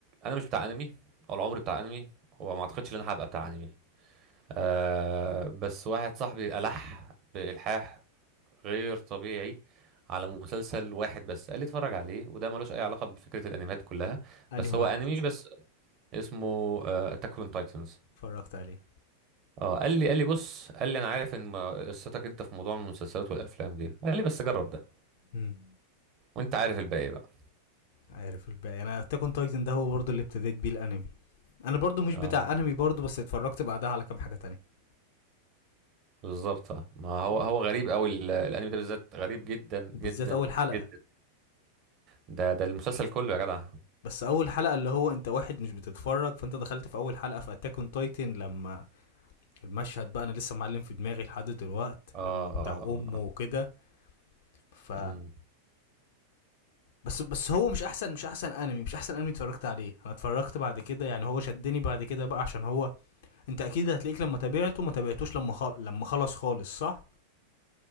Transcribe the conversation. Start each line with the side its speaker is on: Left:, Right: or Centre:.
Right: انا مش بتاع انمي ولا عمري بتاع انمي وما اعتقدش ان انا هبقى بتاع انمي أه بس واحد صاحبي ألح بإلحاح غير طبيعي على مسلسل واحد بس قال لي اتفرج عليه وده ملوش اي علاقة بفكرة الانميات كلها
Left: انهي
Right: بس
Left: واحد
Right: هو انمي بس اسمه اتاك اون تايتنز
Left: اتفرجت عليه
Right: اه قال لي قال لي بص قال لي انا عارف ان ما- قصتك انت في موضوع المسلسلات والافلام دي قال لي بس جرب ده
Left: امم
Right: وانت عارف الباقي بقى
Left: عارف الباقي انا تاكون تايتن ده هو برضه اللي ابتديت بيه الانمي انا برضه مش
Right: اه
Left: بتاع انمي برضه بس اتفرجت بعدها على كام حاجه تانية
Right: بالظبط اه ما هو
Left: yeah.
Right: هو غريب قوي الانمي ده بالذات غريب جدا
Left: وبالذات
Right: جدا
Left: اول حلقه
Right: جدا ده ده المسلسل كله يا جدع
Left: بس اول حلقه اللي هو انت واحد مش بتتفرج فانت دخلت في اول حلقه في اتاك اون تايتن لما المشهد بقى انا لسه معلم في دماغي لحد دلوقت
Right: اه
Left: لما بتاع امه وكده ف
Right: امم
Left: بس بس هو مش احسن مش احسن انمي مش احسن انمي اتفرجت عليه انا اتفرجت بعد كده يعني هو شدني بعد كده بقى عشان هو انت اكيد هتلاقيك لما تابعته ما تابعتوش لما خل... لما خلص خالص صح